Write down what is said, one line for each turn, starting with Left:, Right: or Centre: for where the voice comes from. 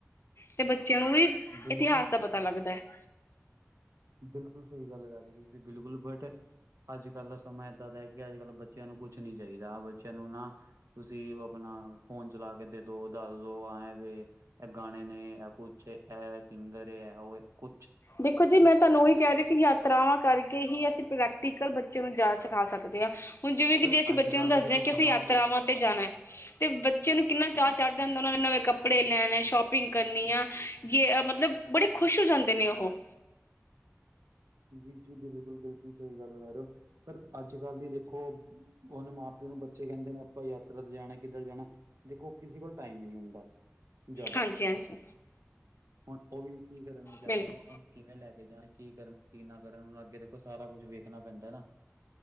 Left: ਤੇ ਬੱਚਿਆਂ ਨੂੰ ਵੀ
Right: ਬਿਲਕੁਲ
Left: ਇਤਿਹਾਸ ਦਾ ਪਤਾ ਲੱਗਦਾ ਹੈ
Right: ਬਿਲਕੁਲ ਸਹੀ ਗੱਲ ਕਰ ਰਹੇ ਹੋ ਤੁਸੀਂ, ਬਿਲਕੁਲ ਬਟ ਅੱਜ ਕੱਲ ਦਾ ਸਮਾਂ ਇੱਦਾਂ ਦਾ ਕਿ ਅੱਜ ਕੱਲ ਬੱਚਿਆਂ ਨੂੰ ਕੁਛ ਨੀ ਚਾਹੀਦਾ ਬੱਚਿਆਂ ਨੂੰ ਨਾ ਤੁਸੀਂ ਉਹ ਆਪਣਾ ਫੋਨ ਚਲਾ ਕੇ ਦੇ ਦੋ ਦੱਸ ਦੋ ਐਂ ਵੇ ਐ ਗਾਣੇ ਨੇ ਐ ਕੁਛ ਏ ਇਹ ਸਿੰਗਰ ਏ ਇਹ ਓਹ ਏ ਕੁ
Left: ਦੇਖੋ ਜੀ ਮੈਂ ਤੁਹਾਨੂੰ ਉਹੀ ਕਹਿ ਰਹੀ ਯਾਤਰਾਵਾਂ ਕਰਕੇ ਹੀ ਅਸੀਂ ਪ੍ਰੈਕਟੀਕਲ ਬੱਚੇ ਨੂੰ ਜ ਸਿਖਾ ਸਕਦੇ ਹਾਂ। ਹੁਣ ਜਿਵੇਂ ਕਿ
Right: ਪਰ
Left: ਜੇ ਅਸੀਂ
Right: ਅੱਜ
Left: ਬੱਚਿਆਂ
Right: ਕੱਲ੍ਹ
Left: ਨੂੰ ਦੱਸਦੇ
Right: ਦਾ ਦੇਖੋ
Left: ਹਾਂ ਕਿ
Right: ਸਮਾਂ
Left: ਅਸੀਂ ਯਾਤਰਾਵਾਂ
Right: ਵੀ ਹੈ
Left: ਤੇ ਜਾਣਾ ਤੇ ਬੱਚੇ ਨੂੰ ਕਿੰਨਾ ਚਾਹ
Right: ਜੀ
Left: ਚੜ ਜਾਂਦਾ ਉਹਨਾਂ ਨੇ ਨਵੇਂ ਕੱਪੜੇ ਲੈਣੇ ਸ਼ੋਪਿੰਗ ਕਰਨੀ ਆ ਯੇ ਮਤਲਬ ਬੜੇ ਖੁਸ਼ ਹੋ ਜਾਂਦੇ ਨੇ ਉਹ <unintelligible> ਉਹ
Right: ਜੀ ਜੀ ਬਿਲਕੁਲ ਬਿਲਕੁਲ ਸਹੀ ਗੱਲ ਕਰ ਰਹੇ ਹੋ। ਪਰ ਅੱਜ ਕੱਲ੍ਹ ਦੀ ਦੇਖੋ <unintelligible> ਮਾਂ ਪਿਓ ਨੂੰ ਬੱਚੇ ਕਹਿੰਦੇ ਨੇ ਆਪਾਂ ਯਾਤਰਾ ਤੇ ਜਾਣਾ ਕਿੱਧਰ ਜਾਣਾ ਦੇਖੋ ਕਿਸੇ ਕੋਲ ਟਾਈਮ ਹੀ ਨਹੀਂ ਹੁੰਦਾ। ਜ਼ਿਆਦਾ।
Left: ਹਾਂਜੀ ਹਾਂਜੀ।
Right: ਹੁਣ ਉਹ ਵੀ ਕੀ ਕਰਨ ਵਿਚਾਰੇ
Left: ਬਿਲਕੁਲ
Right: ਉਹਨਾਂ ਨੂੰ ਕਿਵੇਂ ਲੈ ਕੇ ਜਾਣ ਕੀ ਕਰਨ ਕੀ ਨਾ ਕਰਣ ਹੁਣ ਅੱਗੇ ਦੇਖੋ ਸਾਰਾ ਕੁਛ ਵੇਖਣਾ ਪੈਂਦਾ ਨਾ।